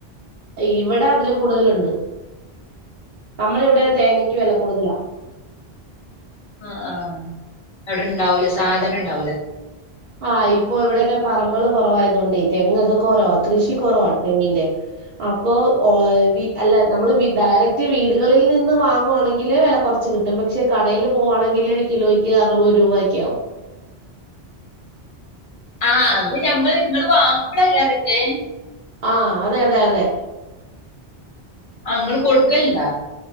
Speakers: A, on the right (about 55°); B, on the left (about 40°).
A: ഇവിടെ അതില് കൂടുതല്ണ്ട് നമ്മള് ഇവിടെ തേങ്ങക്ക് വെല കൂടുതലാ
B: ആഹ് ആ അവിടെണ്ടാവുലെ സാധനണ്ടാവൂലെ
A: ആഹ് ഇപ്പൊ ഇവിടെയൊക്കെ പറമ്പേൾ കൊറവായതുകൊണ്ടേ ഈ തെങ്ങൊക്കെ കൊറവാ കൃഷി കൊറവാണ് തെങ്ങിന്റെ. അപ്പോ ഓ വി അല്ല നമ്മള് ഡയറക്റ്റ് വീടുകളിൽ നിന്ന് വാങ്ങുവാണെങ്കില് വെല കുറച്ച് കിട്ടും പക്ഷെ കടേൽ പോകുവാണെങ്കിൽ കിലോയ് ക്ക്‌ അറുവത് രൂവക്കെ ആവും.
B: ആഹ് അത് ഞമ്മൾ ഇങ്ങള് വാങ്ങുബ്ബളല്ലേറുണ്ട്.
A: ആഹ് അതെ അതെ അതെ.
B: ആ ഇങ്ങൾ കൊട്ക്കൽണ്ട?